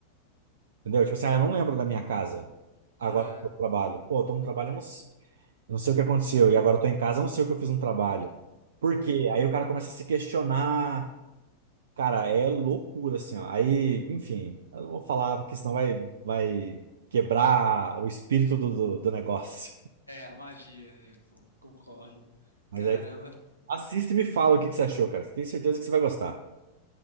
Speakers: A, on the right; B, on the right.
A: Entendeu? Tipo assim, ah, eu não lembro da minha casa, agora
B: Aham.
A: eu tô no trabalho. Pô, eu tô no trabalho, eu não, s- eu não sei o que aconteceu, e agora eu tô em casa, eu não sei o que eu fiz no trabalho. Por quê? Aí o cara começa a se questionar, Cara, é loucura, assim, ó. Aí, enfim, eu não vou falar, porque senão vai, vai quebrar o espírito do, do, do negócio.
B: É, a magia, é, pô, concordo.
A: <laughs> Mas
B: Caramba,
A: aí, assista e me fala o que que você achou, cara. Tenho certeza que você vai gostar.